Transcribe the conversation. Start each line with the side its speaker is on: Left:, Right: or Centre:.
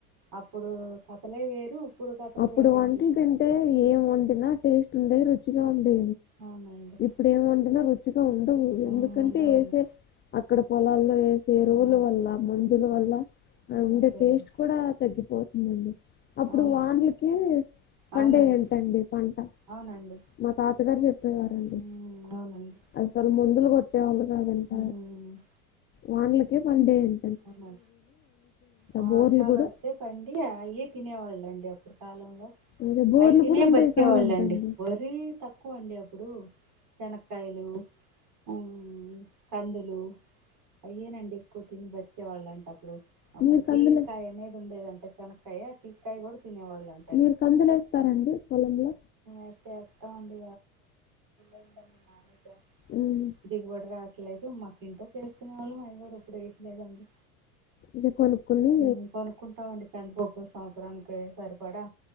Right: అప్పుడు కథలే వేరు ఇప్పుడు కథలు
Left: అప్పుడు
Right: వేరండి
Left: వంటలు తింటే ఏం వండినా టేస్ట్ ఉండ రుచిగా ఉ డి
Right: అవునండి
Left: ఇప్పుడు ఏం వండిన రుచిగా ఉండవు ఎందుకంటే
Right: ఆ ఉండవండి
Left: ఏస ఇక్కడ పొలాల్లో వేసె ఎరువుల
Right: ఆ
Left: వల్ల మందుల వల్ల ఉండే
Right: అదేనండి
Left: టేస్ట్ కూడా తగ్గి పోతుందండి అప్పుడు
Right: అవును
Left: వానలకి పండ
Right: అవునండి
Left: ఏంటండి పంట
Right: అవునండి
Left: మా తాతగారు చెప్పేవారండి
Right: ఉమ్ అవునండి
Left: అసలు ముందు మందులు కొట్టేవాళ్ళు కాదంట
Right: ఉమ్
Left: వానలకే పండేయండి
Right: అవునా వతాల
Left: బోర్లు కూడా
Right: వస్తే పండి అయే తినేవాళ్ళండి అప్పు
Left: అదే బోర్లు
Right: అఐ తినే
Left: కూడా ఉండేవి
Right: బతికేవాళ్ళండి
Left: కాదంటండి
Right: వరి తక్కువ అండి అప్పుడు చెనకాయలు ఉమ్ కందులు అయ్యేనండి ఎక్కువ తిని బతు వచ్చేవాళ్ళంటే అప్పుడు అప్పుడికి
Left: మీరు కందులే
Right: తీగకాయ అనేది ఉండేదంటే చెనకాయ తీగకాయ కూడా తినేవాళ్ళు అంతె
Left: మీరు కందులేస్తారండి పొలంలో
Right: అయితే ఏత్త ఉండు ఏదొ
Left: ఉమ్,
Right: దిగుబడి రాట్లేదు మ ఇంటొచెస్కునే వాళ్ళం అయి గూడా ఇప్పుడు ఏయట్లేదండి
Left: ఇది కొనుక్కుని
Right: మ్ కొనుక్కుంటామండీ కందిపప్పు స సంవత్సరానికి సరిపడా